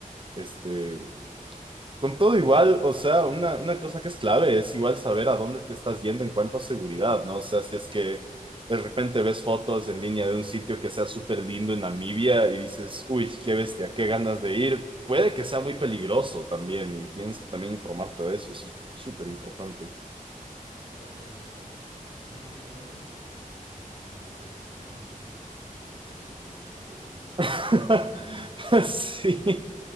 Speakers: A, on the right; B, on the right.
A: Este, con todo igual, o sea, una, una cosa que es clave es igual saber a dónde te estás yendo en cuanto a seguridad, ¿no? O sea, si es que de repente ves fotos en
B: Claro.
A: línea de un sitio que sea súper lindo en Namibia y dices, uy, qué bestia, qué ganas de ir, puede que sea muy peligroso también y tienes que también informarte de eso, eso es súper importante.
B: Claro, es re importante. Y también es re loco que también hay como una ola de turismo que como que el interés es ir a lugares
A: <laughs>
B: peligrosos, ¿no?
A: Sí,
B: <laughs> Como